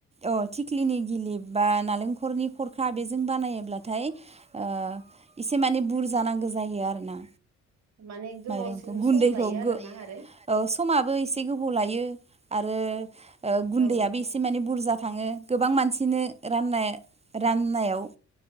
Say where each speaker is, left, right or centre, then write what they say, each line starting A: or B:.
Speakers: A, on the right; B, on the right.
A: अ थिख्लिनि गिलिप बा नालेंखरनि खरखा बेजों बानायोब्लाथाय ओ इसे माने बुरजानांगौ जायो आरोना।
B: माने गोबावसिन
A: माइरंखौ गुन्दैखौ
B: सम लायो आरोना
A: गो
B: आरो।
A: औ समाबो एसे गोबाव लायो आरो गुन्दैयाबो
B: औ
A: एसे माने बुरजा थाङो गोबां मानसिनो राननो -राननायाव